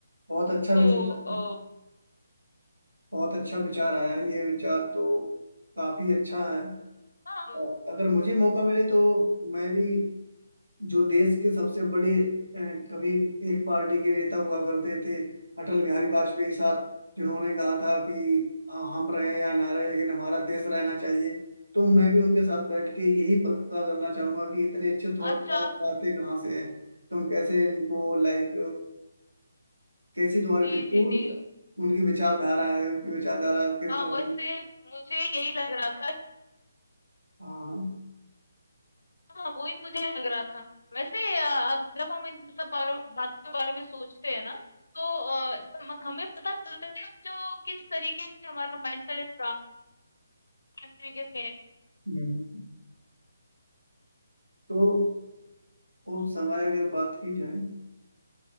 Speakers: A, on the right (about 80°); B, on the left (about 65°).
A: बहुत अच्छा
B: तो
A: विचार
B: अ,
A: आया बहुत अच्छा विचार आया ये विचार तो काफी अच्छा है
B: हाँ
A: और अगर मुझे मौका मिले तो मैं भी जो देश के सबसे बड़े अ, कभी एक पार्टी के नेता हुआ करते थे अटल बिहारी वाजपेयी साहब जिन्होंने कहा था कि अ, हम रहे या ना रहे लेकिन हमारा देश रहना चाहिए तो मैं भी उनके साथ बैठ के यही पता करना चाहूंगा कि इतने अच्छे थॉट
B: अच्छा
A: आते कहाँ से हैं तुम कैसे इनको लाइक कैसी तुम्हारी
B: जी
A: वि-
B: जी
A: उन,
B: जी
A: उनकी विचारधारा है उनकी विचारधारा किस
B: हाँ,
A: तरह
B: वैसे
A: की
B: मुझे यही लग रहा था
A: हाँ
B: हाँ, वही मुझे लग रहा था। वैसे अ, जब हम इन सब बारो बातों के बारे में सोचते हैं ना, तो अ, म हमें पता चलता है जो किस तरीके से हमारा माइंडसेट किस तरीके से है।
A: हम्म। तो उस समय अगर बात की जाए